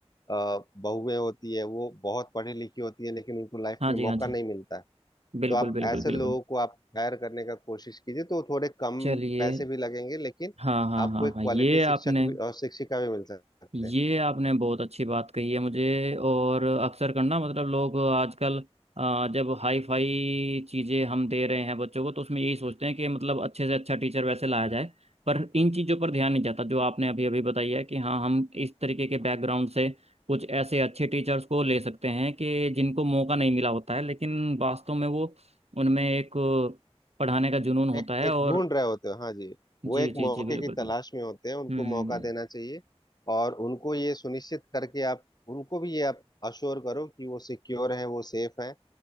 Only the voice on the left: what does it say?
आ, बहुएं होती है वो बहुत पढ़ी लिखी होती है लेकिन उनको लाइफ
में
मौका
नहीं मिलता है
तो आप
ऐसे
लोगों को आप हायर करने का कोशिश कीजिए तो थोड़े कम
पैसे भी लगेंगे लेकिन
आपको
एक
क्वालिटी
शिक्षक भी और शिक्षिका भी मिल सकते
हैं
एक
एक
ढूंढ रहे होते हो हाँ जी वो
एक
मौके
की तलाश
में होते हैं उनको
मौका
देना चाहिए और उनको ये सुनिश्चित करके आप उनको भी ये आप अश्योर करो कि वो सिक्योर है वो सेफ है